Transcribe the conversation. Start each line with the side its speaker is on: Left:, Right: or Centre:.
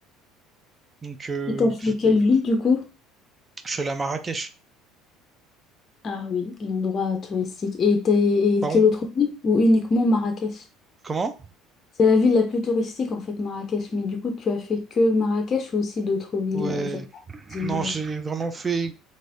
Right: donc, euh,
Left: Et t'as fait quelle ville du coup?
Right: je suis allé à Marrakech.
Left: Ah oui, l'endroit touristique. Et, t'as- et
Right: Par
Left: quelle
Right: contre,
Left: autre ville? Ou uniquement Marrakech?
Right: comment?
Left: C'est la ville la plus touristique en fait, Marrakech. Mais du coup, tu as fait que Marrakech ou aussi d'autres villes?
Right: Ouais.
Left: euh, j'ai pas dit,
Right: Non,
Left: euh.
Right: j'ai vraiment fait